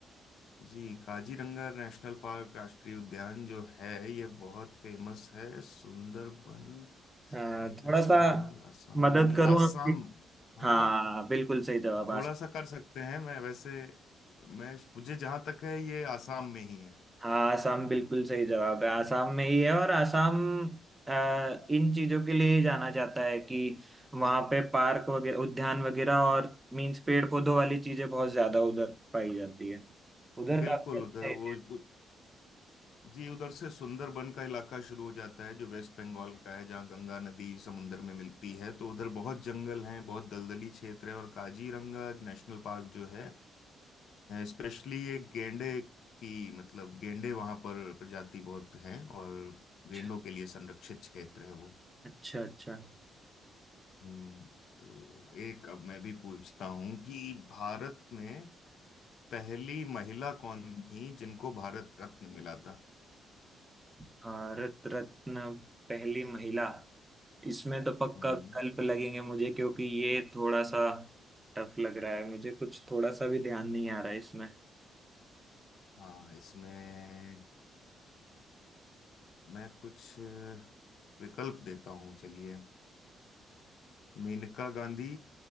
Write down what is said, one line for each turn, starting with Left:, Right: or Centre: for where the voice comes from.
Left: जी काजीरंगा नेशनल पार्क राष्ट्रीय उद्यान जो है ये बहुत फेमस है सुंदरबन
Right: अ,
Left: ये
Right: थोड़ा
Left: वेस्ट
Right: सा
Left: बंगाल आसाम
Right: मदद
Left: नहीं
Right: करूं
Left: आसाम
Right: आपकी
Left: हाँ
Right: हाँ बिल्कुल सही जवाब आसाम
Left: थोड़ा सा कर सकते हैं मैं वैसे मैं मुझे जहां तक है ये आसाम में ही है
Right: हाँ आसाम बिल्कुल सही जवाब है आसाम में ही है और आसाम अ, इन चीजों के लिए ही जाना जाता है कि वहां पे पार्क वगैरह उद्यान वगैरह और मीन्स पेड़ पौधों वाली चीजें बहुत ज्यादा उधर पाई जाती है उधर
Left: बिल्कुल
Right: काफी अच्छा
Left: उधर
Right: है
Left: वो उ, जी उधर से सुंदरबन का इलाका शुरू हो जाता है जो वेस्ट बंगाल का है जहाँ गंगा नदी समुन्द्र में मिलती है तो उधर बहुत जंगल हैं बहुत दलदली क्षेत्र है और काजीरंगा नेशनल पार्क जो है स्पेशली ये गेंडे की मतलब गेंडे वहां पर प्रजाति बहुत हैं और
Right: अच्छा
Left: गेंडों के लिए संरक्षित क्षेत्र है वो
Right: अच्छा अच्छा
Left: हम्म तो एक अब मैं भी पूछता हूं कि भारत में पहली महिला कौन थी जिनको भारत रत्न मिला था
Right: भारत रत्न पहली महिला इसमें तो पक्का
Left: हम्म
Right: विकल्प लगेंगे मुझे क्योंकि ये थोड़ा सा टफ लग रहा है मुझे कुछ थोड़ा सा भी ध्यान नहीं आ रहा है इसमें
Left: हाँ इसमें मैं कुछ अ, विकल्प देता हूँ चलिए मेनका गांधी